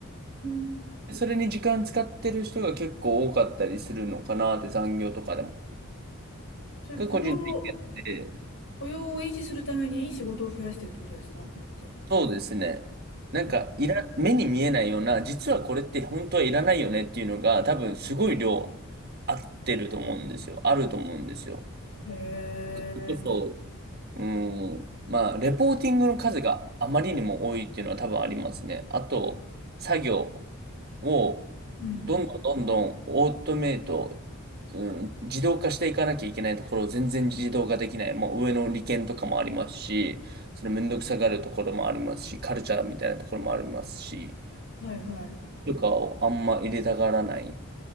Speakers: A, on the left; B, on the right.
A: ん。
B: それに時間使ってる人が結構多かったりするのかなって、残業とかでも。
A: それ雇用、
B: が個人的なんで
A: 雇用を維持するためにいい仕事を増やしてるってことですかそれって。
B: そうですね。なんか、
A: へ
B: いら、目に見えないような、実はこれって本当はいらないよねっていうのが、多分すごい量合ってると思うんですよ。あると思うんですよ。
A: へえ。
B: それこうん。まあ、レポーティングの数があまりにも多いっていうのは多分ありますね。あと、作業を
A: うん。
B: どんどんどんどんオートメイト、うん、自動化していかなきゃいけないところを全然自動化できない。もう上の利権とかもありますし、それめんどくさがるところもありますし、カルチャーみたいなところもありますし、
A: はい。はい。
B: とかをあんま入れたがらない。